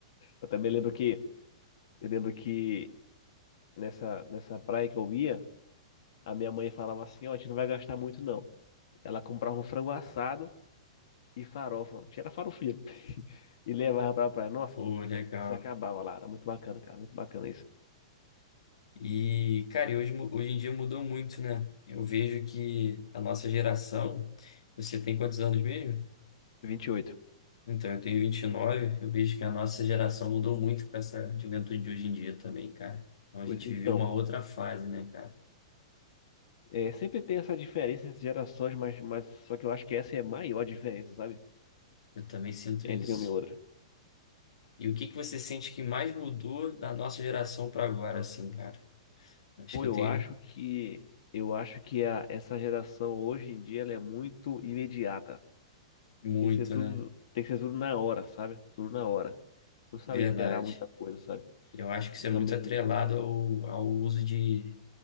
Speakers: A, on the left; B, on the left.
A: Eu também lembro que eu lembro que nessa, nessa praia que eu ia, a minha mãe falava assim, ó, a gente não vai gastar muito, não. Ela comprava um frango assado e farofa. A gente era farofeiro. <laughs> E levava pra praia. Nossa,
B: Pô, legal.
A: se acabava lá. Era muito bacana, cara. Muito bacana isso.
B: E, cara, e hoje, mu- hoje em dia mudou muito, né? Eu vejo que a nossa geração. Você tem quantos anos mesmo?
A: 28.
B: Então, eu tenho vinte e nove Eu vejo que a nossa geração mudou muito com essa juventude de hoje em dia também, cara. Então, a
A: Pois
B: gente
A: então,
B: viveu uma outra fase, né, cara?
A: é, sempre tem essa diferença entre gerações, mas, mas só que eu acho que essa é a maior diferença, sabe?
B: Eu também sinto
A: Entre
B: isso.
A: uma e outra.
B: E o que que você sente que mais mudou da nossa geração para agora, assim, cara? Acho
A: Pô,
B: que
A: eu
B: eu tenho
A: acho que eu acho que a, essa geração hoje em dia ela é muito imediata.
B: muito,
A: Tem que ser tudo,
B: né?
A: tem que ser tudo na hora, sabe? Tudo na hora. Não sabe
B: Verdade.
A: esperar muita coisa, sabe?
B: Eu acho que isso
A: E
B: é
A: também,
B: muito atrelado ao, ao uso de,